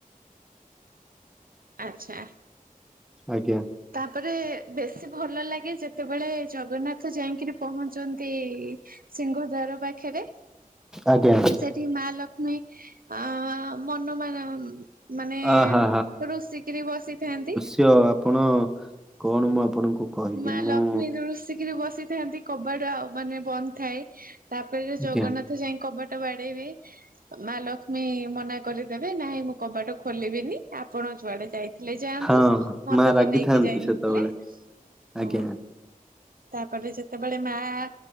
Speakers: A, on the right; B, in the centre.
A: ଆଚ୍ଛା।
B: ଆଜ୍ଞା।
A: ତାପରେ ବେଶୀ ଭଲ ଲାଗେ ଯେତେବେଳେ ଜଗନ୍ନାଥ ଯାଇଁକିରି ପହଞ୍ଚନ୍ତି ସିଂହ ଦ୍ୱାର ପାଖରେ
B: ଆଜ୍ଞା।
A: ସେଠି ମା ଲକ୍ଷ୍ମୀ ଆଁ ମନ ମା ଉ ମାନେ
B: ଆ ହା
A: ଋଷିକିରି ବସିଥାନ୍ତି।
B: ଯ ଆପଣ କଣ ମୁଁ ଆପଣଙ୍କୁ କହିବି
A: ମା
B: ମୁଁ
A: ଲକ୍ଷ୍ମୀ ଋଷିକିରି ବସିଥାନ୍ତି କବାଟ ଆଉ ମାନେ ବନ୍ଦ ଥାଏ। ତାପରେ
B: ଆଜ୍ଞା
A: ଜଗନ୍ନାଥ ଯାଇଁ କବାଟ ବାଡେଇବେ। ମା ଲକ୍ଷ୍ମୀ ମନା କରିଦେବେ ନାହିଁ ମୁଁ କବାଟ ଖୋଲିବିନି ଆପଣ ଯୁଆଡେ ଯାଇ ଲେ ଯାଆନ୍ତୁ
B: ହଁ
A: ମତେ
B: ମା ରାଗିଥାନ୍ତି
A: ତ ନେଇକି ଯାଇନଥିଲେ
B: ସେତେବେଳେ ଆଜ୍ଞା
A: ହଁ ତାପରେ ଯେତେବେଳେ ମାଆ